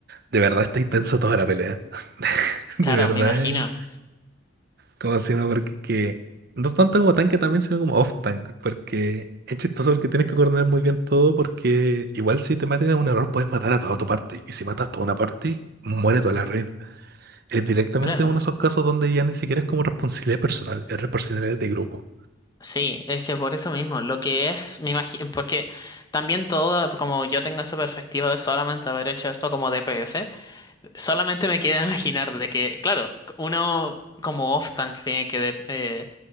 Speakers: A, on the right; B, on the left.
A: De verdad está intensa toda la pelea. <laughs> De
B: Claro,
A: verdad,
B: me imagino.
A: eh, ¿cómo se llama? Porque que- no tanto como tanque también, sino como off-tank. Porque es chistoso porque tienes que coordinar muy bien todo. Porque igual si te matas en un error, puedes matar a toda tu parte. Y si matas toda una parte, muere toda la red. Es directamente
B: Claro.
A: uno de esos casos donde ya ni siquiera es como responsabilidad personal, es responsabilidad de grupo.
B: Sí, es que por eso mismo, lo que es, me imagino, porque también todo, como yo tengo esa perspectiva de solamente haber hecho esto como DPS, Solamente me queda imaginar de que, claro, uno como off-tank tiene que de- eh,